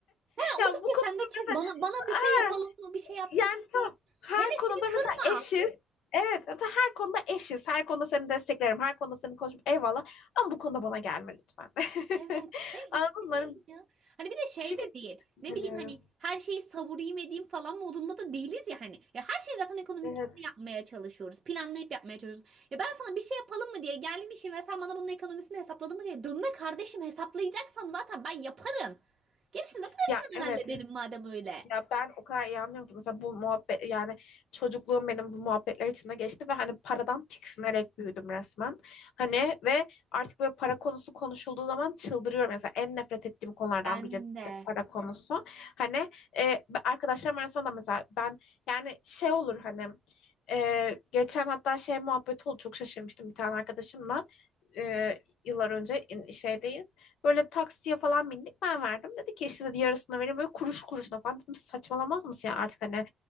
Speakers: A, on the right; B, on the left.
A: Ya
B: Ya
A: 30
B: bu
A: yaşında
B: konuda
A: çek
B: mesela
A: bana bana bir
B: aa,
A: şey yapalım mı? Bir şey yapsak
B: yani
A: istiyoruz.
B: tam her
A: Hevesini
B: konuda mesela
A: kırma.
B: eşiz. Evet, hatta her konuda eşiz. Her konuda seni desteklerim. Her konuda seni konuşup eyvallah. Ama bu konuda bana gelme lütfen. <laughs>
A: Evet ben
B: Anladın
A: istiyorum
B: mı? Hani
A: ya. Hani bir de şey
B: Çünkü
A: de
B: çok
A: değil.
B: sinirleniyorum.
A: Ne bileyim hani her şeyi savurayım edeyim falan modunda da değiliz ya hani. Ya her şeyi zaten ekonomikisini
B: Evet.
A: yapmaya çalışıyoruz. Planlayıp yapmaya çalışıyoruz. Ya ben sana bir şey yapalım mı diye geldim işim ve sen bana bunun ekonomisini hesapladın mı diye. Dönme kardeşim hesaplayacaksam zaten ben yaparım. Gerisini zaten
B: Ya
A: hepsini
B: evet.
A: ben hallederim madem öyle.
B: Ya ben o kadar iyi anlıyorum ki mesela bu muhabbet yani çocukluğum benim bu muhabbetler içinde geçti ve hani paradan tiksinerek büyüdüm resmen. Hani ve artık böyle para konusu konuşulduğu zaman çıldırıyorum. Mesela en nefret ettiğim konulardan
A: Ben
B: biri
A: de.
B: de para konusu. Hani e, ben- arkadaşlarım arasında da mesela ben yani şey olur hani e, geçen hatta şey muhabbeti oldu çok şaşırmıştım bir tane arkadaşımla. E, yıllar önce in- şeydeyiz. Böyle taksiye falan bindik ben verdim. Dedi ki işte dedi yarısını verin böyle kuruş kuruşuna falan. Dedim saçmalamaz mısın ya artık hani